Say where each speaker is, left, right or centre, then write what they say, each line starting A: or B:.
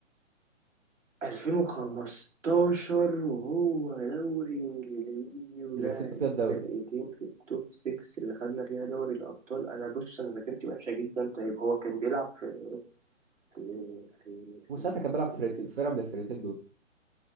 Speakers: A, on the right; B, on the right.
A: 2015 وهو دوري انجليزي ولاعب
B: اللي كسبتوا فيها الدوري
A: فرقتين في التوب 6 اللي خدنا فيها دوري الابطال انا بص انا ذاكرتي وحشه جدا طيب هو كان بيلعب في في في
B: وساعتها
A: في,
B: كان بيلعب
A: في,
B: في فرقة
A: في
B: فرقة من الفرقتين دول